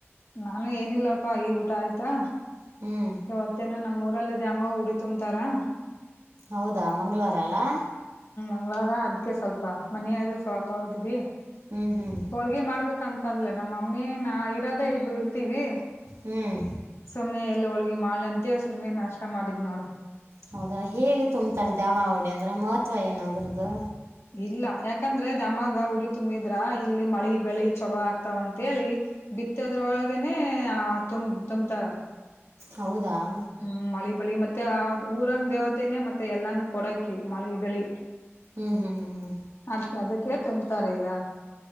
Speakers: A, on the left; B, on the right.
A: ನಾನು ಏನಿಲ್ಲಪ್ಪಾ ಈ ಊಟ ಆಯ್ತಾ.
B: ಹ್ಮ್
A: ಇವತ್ತೇನ ನಮ್ಮ್ ಊರಲ್ಲಿ ದ್ಯಾಮವಾಗಿ ಉಡಿ ತುಂಬ್ತಾರಾ.
B: ಹೌದಾ ಮಂಗ್ಗಳವಾರ ಅಲ್ಲಾ.
A: ಮಂಗ್ಗಳಾರ ಅದಕ್ಕೆ ಸ್ವಲ್ಪ ಮನಯಾದ್ರು ಸೋಪ ತೊಳ್ದ್ವಿ
B: ಹ್ಮ್ ಹ್ಮ್
A: ಹೋಳ್ಗೆಿ ಮಾಡ್ಬೇಕಂತ ಅಂದ್ಲೇನೋ ಮಮ್ಮೇ ನಾ ನಾ ಇರೋದೇ ಇಬ್ರು ಇರ್ತೀವಿ.
B: ಹ್ಮ್
A: ಸುಮ್ನೆ ಎಲ್ಲಿ ಹೋಳ್ಗಿ ಮಾಡಂತ ಸುಮ್ನೆ ನಾಷ್ಟ ಮಾಡಿದ್ ನೋಡ.
B: ಹೌದಾ ಹೇಗೆ ತುಂಬ್ತಾರೆ ದ್ಯಾಮ ಉಡಿ ಅಂದ್ರೆ ಮಹತ್ವ ಏನಾದ್ರುದ್ದು
A: ಇಲ್ಲ ಯಾಕಂದ್ರೆ ದಾಮಗ ಉಡಿ ತುಂಬಿದ್ರ ಇಲ್ಲಿ ಮಳಿ ಬೆಳಿ ಚಲೋ ಆಗ್ತಾವಂತೇಳಿ ಬಿತ್ತದ್ರೊಳಗನೆೇ ತುಂಬ ತುಂಬತಾರ.
B: ಹೌದಾ <inaudible>
A: ಹ್ಮ್ ಮಳಿ. ಬಳಿ ಮತ್ತೆ ಊರನ್ ದೇವತೆನನೆ ಮತ್ತೆ ಎಲ್ಲಾನೂ ಕೊಡಕ್. ಮಳೆ ಬೆಳಿ
B: ಹ್ಮ್ ಹ್ಮ್ ಹ್ಮ್
A: ಅದ ಅದಕ್ಕೆ. ಕೇ ತುಂಬತಾರ ಈಗ.